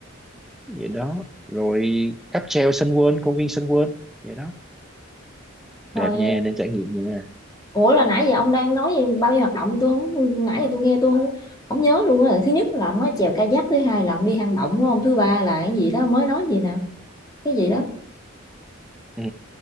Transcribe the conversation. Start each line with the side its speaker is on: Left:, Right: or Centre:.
Centre: vậy đó rồi cáp treo Sun World công viên Sun World vậy đó
Left: coi
Centre: đẹp nha
Left: ờ,
Centre: nên trải nghiệm nha
Left: ủa là nãy giờ ông đang nói gì, bao nhiêu hoạt động thì tôi không nãy giờ tôi nghe tôi không không nhớ luôn á thứ nhất là ông nói chèo kayak thứ hai là ông đi hang động đúng không thứ ba là cái gì đó mới nói gì nè cái gì đó
Centre: ừ,